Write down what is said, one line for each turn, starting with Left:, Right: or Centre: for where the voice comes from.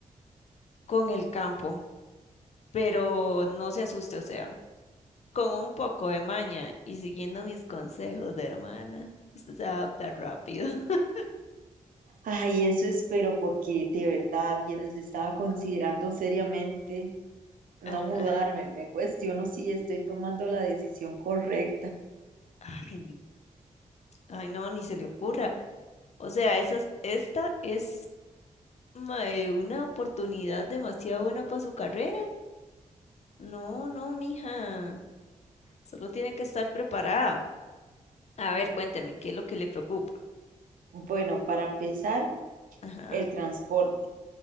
Left: con el campo. Pero no se asuste, o sea. Con un poco de maña y siguiendo mis consejos de hermana, usted se va a adaptar rápido. <laughs>
Right: Ay, eso espero porque de verdad, vieras, estaba considerando seriamente no
Left: Ajá.
Right: mudarme. Me cuestiono si estoy tomando la decisión correcta.
Left: Ay, ay, no, ni se le ocurra. O sea, esa es- esta es mae, una oportunidad demasiado buena para su carrera. No, no, mija. Solo tiene que estar preparada. A ver, cuénteme, ¿qué es lo que le preocupa?
Right: Bueno, para empezar,
Left: Ajá,
Right: el transporte.